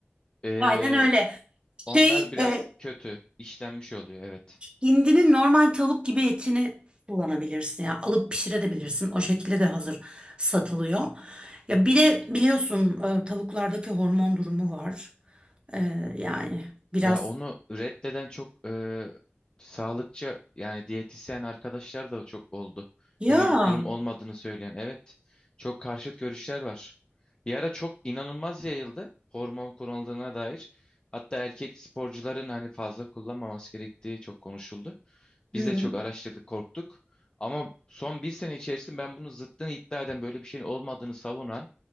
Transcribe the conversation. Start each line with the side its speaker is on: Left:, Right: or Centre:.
Left: Ee,
Right: Aynen öyle.
Left: Onlar
Right: Şey
Left: biraz
Right: e,
Left: kötü işlenmiş oluyor evet.
Right: Hindinin normal tavuk gibi etini kullanabilirsin. Yani alıp pişirebilirsin. O şekilde de hazır satılıyor. Ya bir de biliyorsun e, tavuklardaki hormon durumu var. E, yani biraz
Left: Ya onu reddeden çok e, sağlıkçı yani diyetisyen arkadaşlar da çok oldu.
Right: ya.
Left: Öyle bir durum olmadığını söyleyen evet çok karşıt görüşler var. Bir ara çok inanılmaz yayıldı hormon kullanıldığına dair. Hatta erkek sporcuların hani fazla kullanmaması gerektiği çok konuşuldu. Biz
Right: Hı.
Left: de çok araştırdık korktuk. Ama son bir sene içerisinde ben bunun zıttını iddia eden böyle bir şeyin olmadığını savunan